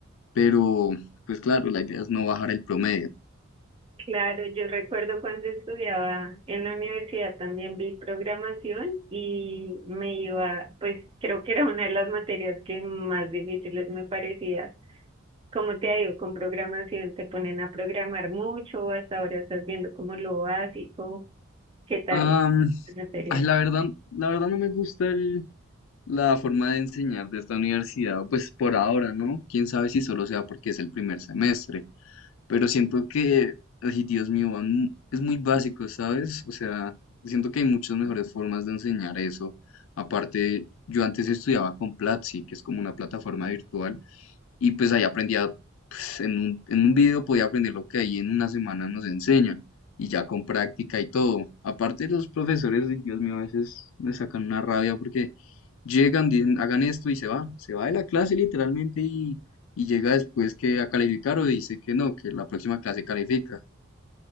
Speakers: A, on the left (about 65°); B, on the right (about 25°).
A: Pero, pues claro, la idea es no bajar el promedio.
B: Claro, yo recuerdo cuando estudiaba en la universidad también vi programación y me iba, pues creo que era una de las materias que más difíciles me parecía. Como te digo, con programación te ponen a programar mucho, hasta ahora estás viendo como lo básico, ¿qué tal?
A: Am,
B: esa materia?
A: ay, la verdad, la verdad no me gusta el- la forma de enseñar de esta universidad, pues por ahora, ¿no? Quién sabe si solo sea porque es el primer semestre. pero siento que, ay, Dios mío, van mu- es muy básico, ¿sabes? O sea, siento que hay muchas mejores formas de enseñar eso. Aparte, yo antes estudiaba con Platzi, que es como una plataforma virtual, y pues ahí aprendía, pues, en un, en un video podía aprender lo que ahí en una semana nos enseñan y ya con práctica y todo. Aparte los profesores, ay, Dios mío, a veces me sacan una rabia porque llegan, dicen, hagan esto y se va, se va de la clase literalmente y, y llega después que a calificar o dice que no, que la próxima clase califica.